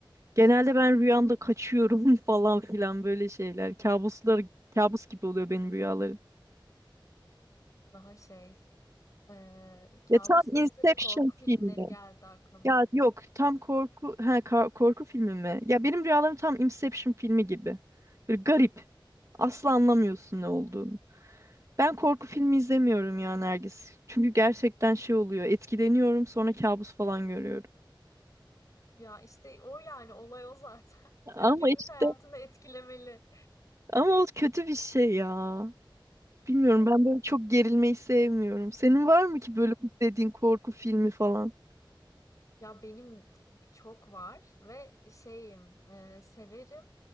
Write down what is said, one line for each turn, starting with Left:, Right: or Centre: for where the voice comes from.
Right: Genelde ben rüyamda kaçıyorum <laughs> falan filan böyle şeyler. Kabuslar, kabus gibi oluyor benim rüyalarım.
Left: Daha şey, ee, kabus
Right: Ya tam
Left: deyince
Right: Inception
Left: de korku filmleri
Right: filmi.
Left: geldi aklıma.
Right: Ya yok tam korku ha ka- korku filmi mi? Ya benim rüyalarım tam Inception filmi gibi. Böyle garip. Asla anlamıyorsun ne olduğunu. Ben korku filmi izlemiyorum ya Nergis. Çünkü gerçekten şey oluyor. Etkileniyorum sonra kabus falan görüyorum.
Left: Ya işte o yani olay o zaten. <laughs>
Right: Ama
Left: Günlük
Right: işte
Left: hayatını etkilemeli.
Right: ama o kötü bir şey ya. Bilmiyorum
Left: Evet.
Right: ben böyle çok gerilmeyi sevmiyorum. Senin var mı ki böyle izlediğin korku filmi falan?
Left: Ya benim çok var ve şeyim e, severim.